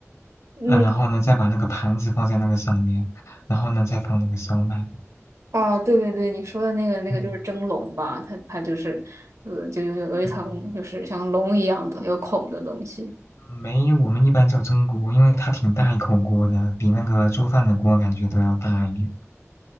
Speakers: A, on the right; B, on the left.
A: 嗯，
B: 嗯、然后呢再把那个盘子放在那个上面，然后呢再放那个烧麦，
A: 啊，对对对，你说的那个那个就是蒸笼吧，
B: 嗯
A: 它它就是，呃，就有有有一层就是像笼一样的有孔的东西。
B: 嗯，没，我们一般叫蒸锅，因为它挺大一口锅的，比那个做饭的锅感觉都要大一点。